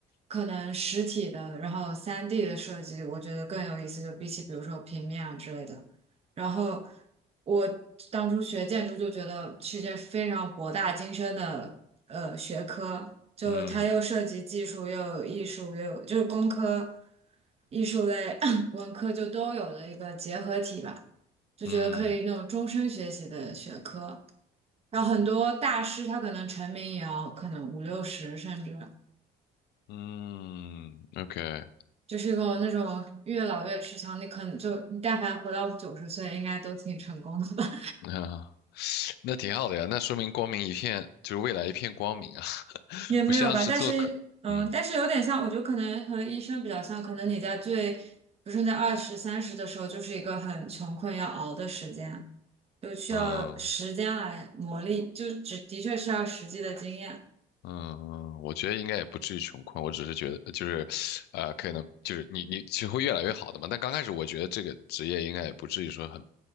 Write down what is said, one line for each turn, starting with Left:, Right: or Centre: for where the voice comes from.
Right: 可能实体的，然后三 d 的设计，我觉得更有意思，就比起比如说平面啊之类的。然后我当初学建筑就觉得是一件非常博大精深的呃学科，就它又涉及技术，
Left: 嗯
Right: 又有艺术，又有就是工科、艺术类、<coughs> <clears throat> 文科就都有的一个结合体吧，就觉得可以那种终身学习的学科。
Left: 嗯
Right: 然后很多大师他可能成名也要可能五六十，甚至
Left: 嗯，OK，
Right: 就是一个那种越老越吃香。你可能就你但凡活到九十岁，应该都挺成功的吧？
Left: 那那挺好的呀，那说明光明一片，就是未来一片光明啊，
Right: <laughs>
Left: <laughs>
Right: 也没有吧，
Left: 不像是做客，
Right: 但是，嗯，
Left: 嗯
Right: 但是有点像，我觉得可能和医生比较像，可能你在最，比如说你在二十三十的时候，就是一个很穷困要熬的时间，就需要时间来磨砺，
Left: 嗯。
Right: 就只的确是要实际的经验。
Left: 嗯，我觉得应该也不至于穷困，我只是觉得就是，呃，可能就是你你其实会越来越好的嘛。但刚开始我觉得这个职业应该也不至于说很，